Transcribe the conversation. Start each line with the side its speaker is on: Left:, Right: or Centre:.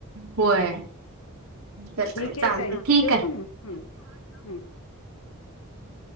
Right: होय तर
Left: ठीक
Right: काय
Left: आहे
Right: चालतंय
Left: तई,
Right: ठीक
Left: ठेव का मग हम
Right: हम्म